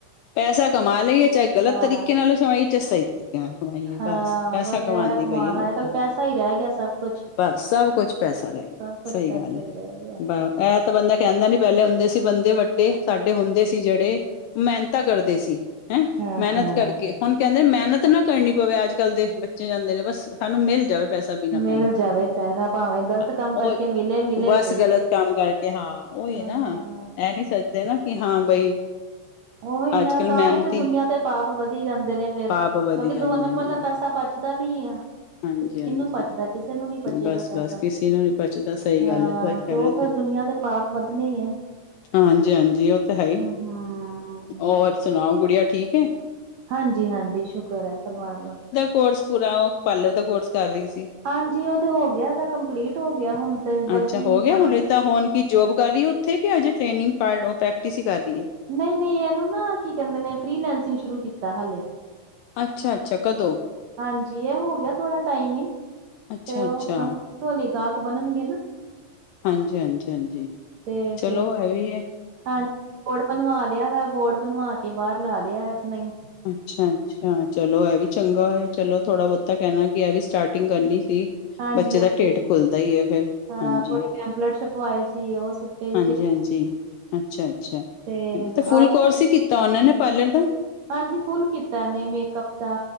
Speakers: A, on the left (about 80°); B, on the right (about 75°).
A: ਪੈਸਾ ਕਮਾ ਲਈਏ ਚਾਹੇ ਗ਼ਲਤ
B: ਹਾਂ,
A: ਤਰੀਕੇ ਨਾਲ ਚਾਏ ਸਹੀ ਤ <unintelligible> ਕਮਾਈਏ
B: ਹਾਂ
A: ਬਸ ਪੈਸਾ ਕਮਾਣ ਦੀ
B: ਕਮਾਣਾ
A: ਪਈ ਏ ਲੋਕਾਂ
B: ਅੱਜ-ਕੱਲ ਪੈਸਾ
A: ਨੂੰ
B: ਹੀ ਰਹਿ ਗਿਆ ਸਭ ਕੁਛ।
A: ਬਸ ਸਭ ਕੁਛ ਪੈਸਾ ਰਹਿ
B: ਸਭ ਕੁਛ
A: ਸਹੀ
B: ਪੈਸਾ
A: ਗੱਲ ਐ‌
B: ਹੀ ਰਹਿ ਗਿਆ।
A: ਬ ਇਹ ਤਾਂ ਬੰਦਾ ਕਹਿੰਦਾ ਨੀ ਪਹਿਲੇ ਹੁੰਦੇ ਸੀ ਬੰਦੇ ਵੱਡੇ ਸਾਡੇ ਹੁੰਦੇ ਸੀ ਜਿਹੜੇ ਮਿਹਨਤਾ ਕਰਦੇ ਸੀ ਹੈ।
B: ਹਾਂ
A: ਮਿਹਨਤ
B: ਹਾਂ।
A: ਕਰਕੇ ਹੁਣ ਕਹਿੰਦੇ ਮਿਹਨਤ ਨਾ ਕਰਨੀ ਪਵੇ, ਅੱਜ ਕੱਲ ਦੇ ਬੱਚੇ ਜਾਂਦੇ ਨੇ ਬਸ ਸਾਨੂੰ ਮਿਲ ਜਾਵੇ ਪੈਸਿਆ ਬਿਨਾਂ ਮਿਹਨਤ
B: ਮਿਲ ਜਾਵੇ
A: ਦਾ,
B: ਪੈਸਾ ਭਾਵੇਂ ਗ਼ਲਤ ਕੰਮ
A: ਉਹ
B: ਕਰਕੇ ਮਿਲੇ ਮਿਲੇ
A: ਬਸ
B: ਸਹੀ
A: ਗਲਤ ਕੰਮ ਕਰਕੇ ਹਾਂ ਉਈ
B: ਹਾਂ।
A: ਏ ਨਾ ਇਹ ਨੀ ਸੋਚਦੇ ਨਾ ਕਿ ਹਾਂ ਬਈ
B: ਉਹੀ ਨਾ
A: ਅੱਜ ਕੱਲ
B: ਤਾਂ
A: ਮਿਹਨਤੀ
B: ਈ ਤੇ ਦੁਨੀਆਂ ਤੇ ਪਾਪ ਵਧੀ ਜਾਂਦੇ ਨੇ। ਫਿਰ
A: ਪਾਪ
B: ਕਿਉਂਕਿ
A: ਵਧੀ ਜਾਂਦੇ
B: ਦੋ ਨੰਬਰ
A: ਨੇ
B: ਦਾ ਪੈਸਾ ਪਚਦਾ ਨਹੀਂ ਐ।
A: ਹਾਂਜੀ-ਹਾਂਜੀ,
B: ਕਿਹਨੂੰ ਪਚਦਾ ਕਿਸੇ ਨੂੰ ਨੀ ਪਚੇਗਾ
A: ਬਸ-ਬਸ
B: ਪੈਸਾ
A: ਕਿਸੇ ਨੂੰ ਨੀ ਬਚਦਾ ਸਹੀ
B: ਹਾਂ।
A: ਗੱਲ ਹੈ, ਸਹੀ ਕਹਿ
B: ਤੇ ਉਹ
A: ਰਹੇ
B: ਫਿਰ ਦੁਨੀਆਂ ਤੇ ਪਾਪ ਵੱਧਣੇ ਈ ਐ।
A: ਹਾਂਜੀ ਹਾਂਜੀ ਉਹ ਤਾਂ ਹੈ ਈ,
B: ਹੂੰ।
A: ਔਰ ਸੁਣਾਓ ਗੁੜੀਆ ਠੀਕ ਐ।
B: ਹਾਂਜੀ ਹਾਂਜੀ ਸ਼ੁਕਰ ਐ ਪਰਮਾਤਮਾ ਦਾ।
A: ਕੋਰਸ ਪੂਰਾ ਉਹ ਪਾਰਲਰ ਦਾ ਕੋਰਸ ਕਰ ਰਹੀ ਸੀ।
B: ਹਾਂਜੀ ਉਹ ਤੇ ਹੋ ਗਿਆ ਇਹਦਾ ਕੰਪਲੀਟ ਹੋ ਗਿਆ ਹੁਣ ਤੇ ਬਲਕਿ
A: ਅੱਛਾ ਹੋ
B: ਨੀ
A: ਗਿਆ
B: ਹੁਣ
A: ਹੁਣੇ ਤਾਂ ਹੋਣ ਕੀ ਜੋਬ ਕਰ ਰਹੀ ਉੱਥੇ ਕਿ ਅਜੇ ਟ੍ਰੇਨਿੰਗ ਪ੍ਰੈਕਟਿਸ ਹੀ ਕਰ ਰਹੀ ਐ।
B: ਨਹੀਂ- ਨਹੀਂ ਇਹਨੂੰ ਨਾ ਕੀ ਕਹਿੰਦੇ ਨੇ ਫਰੀਲੈਂਸਿੰਗ ਸ਼ੁਰੂ ਕੀਤਾ ਹਲੇ
A: ਅੱਛਾ- ਅੱਛਾ ਕਦੋਂ
B: ਹਾਂਜੀ ਇਹ ਹੋ ਗਿਆ ਥੋੜਾ ਟਾਈਮ ਈ
A: ਅੱਛਾ-ਅੱਛਾ,
B: ਤੇ ਉਹ <unintelligible> ਬਿਲਕੁਲ ਨੀ ਗਾਹਕ ਬਣਨਗੇ ਨਾ।
A: ਹਾਂਜੀ-ਹਾਂਜੀ ਹਾਂਜੀ
B: ਤੇ
A: ਚਲੋ
B: ਫੇਰ
A: ਇਹ ਵੀ ਐ।
B: ਹਾਂ ਬੋਰਡ ਬਣਵਾ ਲਿਆ ਵਾ ਬੋਰਡ ਬਣਵਾ ਕੇ ਬਾਹਰ ਲਾ ਲਿਆ ਹੈ ਨਹੀਂ
A: ਅੱਛਾ- ਅੱਛਾ ਚਲੋ ਇਹ ਵੀ ਚੰਗਾ ਹੋਇਆ ਚਲੋ ਥੋੜਾ ਬਹੁਤਾ ਕਹਿਣਾ ਕਿ ਇਹ ਵੀ ਸਟਾਰਟਿੰਗ ਕਰਨੀ ਸੀ।
B: ਹਾਂਜੀ
A: ਬੱਚੇ
B: ਹਾਂਜੀ
A: ਦਾ ਢਿੱਡ ਖੁੱਲਦਾ ਹੀ ਹੈ ਫਿਰ
B: ਹਾਂ
A: ਹਾਂਜੀ।
B: ਥੋੜੇ ਪੈਂਪਲੇਟ ਛਪਵਾਏ ਸੀ ਉਹ ਸੁੱਟੇ ਇਸਤੇ
A: ਹਾਂਜੀ- ਹਾਂਜੀ, ਅੱਛਾ-ਅੱਛਾ ਹਾਂਜੀ
B: ਤੇ
A: ਤਾਂ ਫੁੱਲ
B: ਆਏ
A: ਕੋਰਸ ਹੀ ਕੀਤਾ ਉਹਨਾਂ ਨੇ ਪਾਰਲਰ ਦਾ
B: ਹਾਂਜੀ ਫੁੱਲ ਕੀਤਾ ਨੇੇ ਮੇਕਅਪ ਦਾ,